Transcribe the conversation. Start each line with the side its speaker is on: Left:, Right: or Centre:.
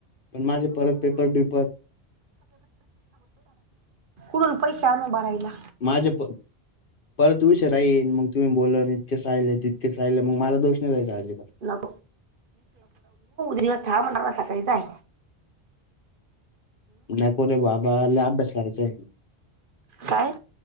Left: पण माझे परत पेपर बिपर
Right: कुठुन पैसे आणू भरायला
Left: माझ्या प परत विषय राईल मग तुम्ही बोला इतकेच राहिल तितकेच राहिले मग मला दोष नाही द्यायचा अजिबात
Right: <unintelligible> काय ताय
Left: न कोरे बाबा लाग अभ्यास <unintelligible>
Right: काय